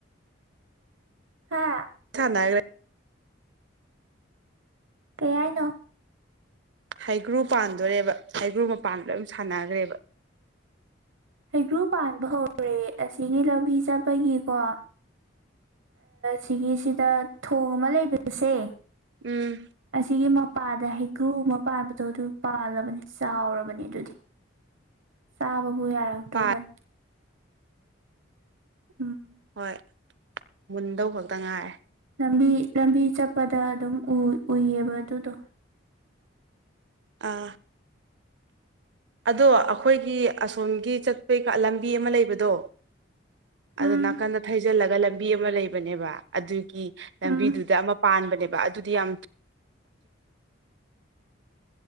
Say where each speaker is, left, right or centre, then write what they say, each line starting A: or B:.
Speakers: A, on the right; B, on the right.
A: ꯍꯥ
B: ꯦ
A: ꯀꯩ ꯍꯥꯏꯅꯣ
B: ꯍꯩꯒ꯭ꯔꯨ ꯄꯥꯟꯗꯣꯣꯔꯦꯕ ꯍꯩꯒ꯭ꯔꯨ ꯃꯄꯥꯟ ꯂꯣꯏ ꯁꯥꯟꯅꯈ꯭ꯔꯦꯕ
A: ꯍꯩꯒ꯭ꯔꯨ ꯄꯥꯟꯕ ꯍꯧꯔꯦ ꯑꯁꯤꯒꯤ ꯂꯝꯕꯤ ꯆꯠꯄꯒꯤꯀꯣ ꯁꯤꯒꯤꯁꯤꯗ ꯊꯣꯡ ꯑꯃ ꯂꯩꯕꯤꯁꯦ
B: ꯎꯝ
A: ꯑꯁꯤꯁꯒꯤ ꯃ ꯄꯥꯗ ꯍꯩꯒ꯭ꯔꯨ ꯑꯃ ꯄꯥꯟꯕꯗꯣ ꯑꯗꯨ ꯄꯥꯜꯂꯕꯅꯤ ꯆꯥꯎꯔꯕꯅꯦ ꯑꯗꯨꯗꯤ ꯆꯥꯕꯕꯨ ꯌꯥꯔꯛꯇ꯭ꯔꯣꯕꯟ
B: ꯄꯥꯏ
A: ꯎꯝ
B: ꯍꯣꯏ ꯃꯨꯟꯗꯧ ꯈꯛꯇ ꯉꯥꯏꯔꯦ
A: ꯂꯝꯕꯤ ꯂꯝꯕꯤ ꯆꯠꯄꯗ ꯑꯗꯨꯝ ꯎꯏꯌꯦꯕ ꯑꯗꯨꯗꯣ
B: ꯑ ꯑꯗꯣ ꯑꯩꯈꯣꯏꯒꯤ ꯑꯁꯣꯝꯒꯤ ꯆꯠꯄꯩ ꯂꯝꯕꯤ ꯑꯃ ꯂꯩꯕꯗꯣ ꯑꯣ
A: ꯎꯝ
B: ꯅꯥꯀꯟꯗ ꯊꯩꯖꯤꯜꯂꯒ ꯂꯝꯕꯤ ꯑꯃ ꯂꯩꯕꯅꯦꯕ ꯑꯗꯨꯒꯤ ꯂꯝꯕꯤꯗꯨꯗ
A: ꯎꯝ
B: ꯑꯃ ꯄꯥꯟꯕꯅꯦꯕ ꯑꯗꯨꯗꯤ ꯌꯥꯝ